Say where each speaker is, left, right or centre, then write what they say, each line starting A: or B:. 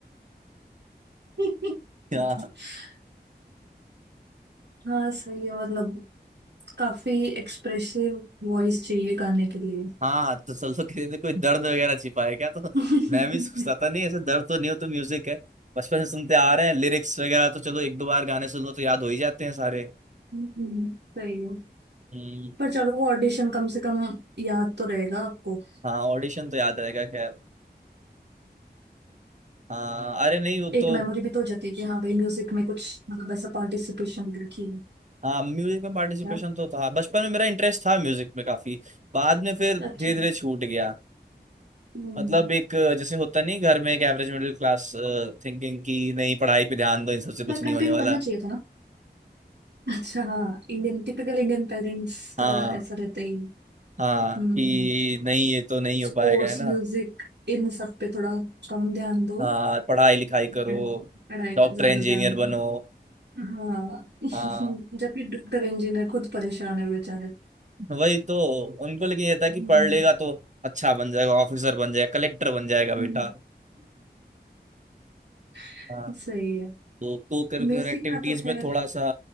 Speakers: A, on the right; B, on the right.
A: <laughs>
B: <laughs> हाँ
A: हाँ सही है मतलब काफी एक्सप्रेसिव वॉइस चाहिए गाने के लिए
B: हाँ तो सोचो किसी ने कोई दर्द वगैरह छिपा है क्या तो
A: <laughs> हम्म
B: मैं भी सोचता था नहीं ऐसे दर्द तो नहीं हो तो म्यूजिक है बचपन से सुनते आ रहे हैं लिरिक्स वगैरह तो चलो एक दो बार गाने सुन लो तो याद हो ही जाते हैं सारे
A: हम्म, सही है
B: हम्म,
A: पर चलो वो ऑडिशन कम से कम याद तो रहेगा आपको
B: हाँ ऑडिशन तो याद रहेगा खैर हाँ अरे नहीं वो तो
A: एक मेमोरी भी तो हो जाती है कि हाँ भाई म्यूजिक में कुछ मतलब ऐसा पार्टिसिपेशन रखी है
B: हाँ म्यूजिक में पार्टिसिपेशन
A: क्या
B: तो था बचपन में मेरा इंटरेस्ट था म्यूजिक में काफी बाद में फिर
A: अच्छा
B: धीरे धीरे छूट गया
A: हम्म,
B: मतलब एक जैसे होता नहीं घर में एक एवरेज मिडिल क्लास थिंकिंग की नहीं पढ़ाई पे ध्यान दो इन सबसे कुछ
A: पर
B: नहीं
A: कंटिन्यू
B: होने वाला
A: करना चाहिए था ना अच्छा हाँ इंडियन टिपिकल इंडियन पेरेंट्स
B: हाँ
A: का ऐसा रहता ही
B: हाँ
A: हम्म
B: कि नहीं ये तो नहीं
A: स्पोर्ट्स
B: हो पाएगा है ना
A: म्यूजिक इन सब पे थोड़ा कम ध्यान दो
B: हाँ पढ़ाई लिखाई
A: पढ़-
B: करो
A: पढ़ाई
B: डॉक्टर
A: पे ज्यादा
B: इंजीनियर
A: ध्यान दो
B: बनो
A: हाँ <laughs>
B: हाँ
A: जबकि डॉक्टर इंजीनियर खुद परेशान है बेचारे
B: वही तो उनको लेकिन ये था कि
A: हम्म
B: पढ़ लेगा तो अच्छा बन जाएगा ऑफिसर बन जाएगा कलेक्टर बन जाएगा बेटा
A: हम्म। <laughs>
B: हाँ
A: सही है
B: तो को करिकुलर
A: म्यूजिक
B: एक्टिविटीज
A: का तो खैर
B: में थोड़ा सा